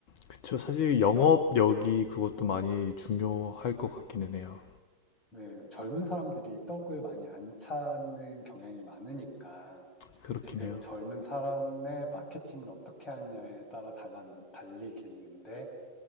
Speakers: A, on the left; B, on the left.
A: 그쵸. 사실 영업력이 그것도 많이 중요할 것 같기는 해요.
B: 왜 젊은 사람들이 떡을 많이 안 찾는 경향이 많으니까
A: 그렇긴
B: 지금
A: 해요.
B: 젊은 사람의 마케팅을 어떻게 하냐에 따라 달라, 달리겠는데,